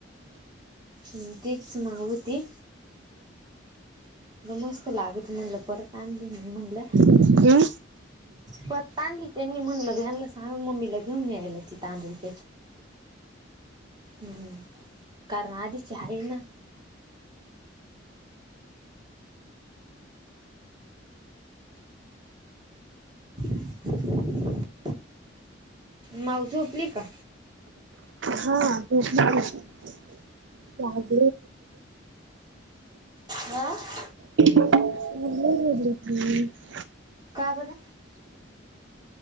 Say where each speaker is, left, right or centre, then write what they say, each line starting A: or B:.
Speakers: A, on the right; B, on the right.
A: हं तीच म्हणत होती. मग मस्त लागती म्हणलं, परत आणली मग म्हणलं.
B: हम्म.
A: परत आणली त्यांनी म्हणलं ह्यांना सांग मम्मीला घेऊन यायला तिथं <unintelligible> हुं हुं कारण आधीची हायना. <inaudible> माऊ झोपली का?
B: हा. झोपली <unintelligible> पोहत
A: <unintelligible> आ?
B: मी नाय बोलली ती. हम्म.
A: का बर?